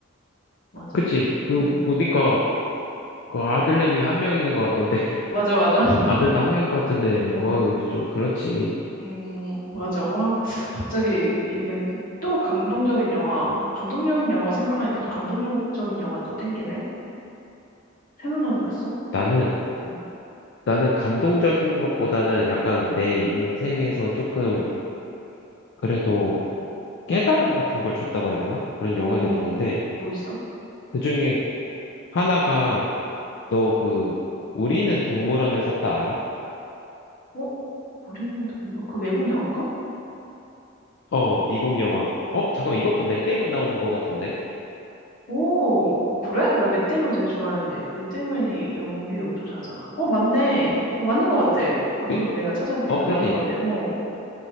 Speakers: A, on the left; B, on the left.
A: 맞아.
B: 그치? 그,
A: 음.
B: 보니까, 그 아들내미 한 명 있는 것 같던데, <laughs>
A: 맞아, 맞아. <laughs>
B: 아들도 한 명인 것 같은데,
A: 어.
B: 어, 좀 그렇지.
A: 음, 맞아. 아, 갑자기 얘기하니까 좀- 또 감동적인 영화, 감동적인 영화 생각하니까 또 감동적인 영화 또 땡기네. 생각나는 거 있어?
B: 나는,
A: 응.
B: 나는 감동적인 것보다는 약간 내 인생에서 조금 그래도 깨달음 같은 걸 줬다고 해야 되나? 그런
A: 오,
B: 영화들이 있는데
A: 뭐 있어?
B: 그중에 하나가 너 그 우리는 동물원을 샀다 알아?
A: 어? 우리는 동물, 그 외국 영화인가?
B: 어, 미국 영화. 어, 잠깐만 이것도 맷 데이먼 나오는 것 같은데?
A: 오, 어, 그래? 나 맷 데이먼 되게 좋아하는데. 맷 데이먼이 연기 엄청 잘하잖아. 어, 맞네. 어, 맞는 것 같아. 방금
B: 그,
A: 내가 찾아보니까
B: 어, 그지?
A: 맞는 것 같아. 어.